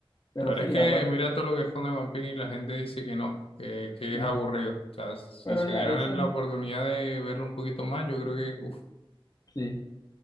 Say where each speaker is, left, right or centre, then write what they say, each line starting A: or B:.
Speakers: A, on the left; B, on the left.
A: Pero
B: La verdad
A: sí,
B: es que
A: hablan.
B: mira todo lo que esconde One Piece y la gente dice que no, que, que
A: Sí.
B: es aburrido. O sea, si
A: Pero
B: se
A: ya,
B: dieran
A: eso,
B: la oportunidad de verlo un poquito más, yo creo que, uff,
A: sí.